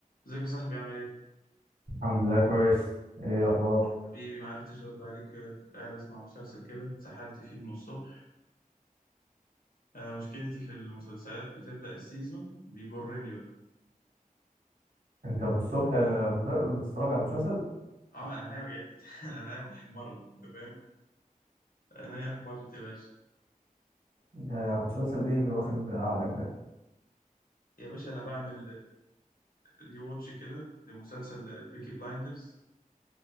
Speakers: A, on the left (about 80°); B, on the right (about 65°).
A: ازيك يا صاحبي عامل ايه؟
B: الحمد لله كويس ايه الاخبار
A: حبيبي ما عرفتش ارد عليك آه، كنت قاعد اسمع مسلسل كده اتسحلت فيه من الصبح انا مشكلتي في المسلسلات بتبدأ السيزون بيجرني بقى
B: انت من الصبح مس- بتتفرج على المسلسل
A: اه انا عينيا وجعتني <laughs> انا عينيا احمرت انت فاهم؟ عينيا احمرت يا باشا
B: ده مسلسل ايه اللي واخد عقلك ده
A: يا باشا انا بعمل ريواتش كده لمسلسل البيكي بلايندرز